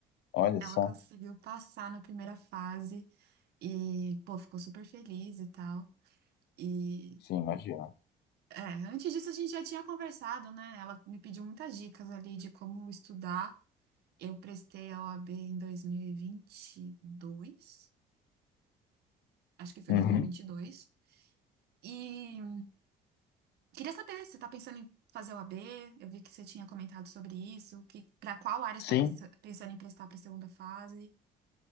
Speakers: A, on the left (about 75°); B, on the right (about 70°).
A: Olha
B: Ela
A: só.
B: conseguiu passar na primeira fase e, pô, ficou super feliz e tal. E,
A: Sim, imagina.
B: é, antes disso a gente já tinha conversado, né? Ela me pediu muitas dicas ali de como estudar. Eu prestei a OAB em 2022. acho que foi
A: Uhum.
B: em dois mil E vinte e E dois. E queria saber, você está pensando em fazer o OAB? Eu vi que você tinha comentado sobre isso, que para qual área você
A: Sim,
B: está presta- pensando em prestar para a segunda fase?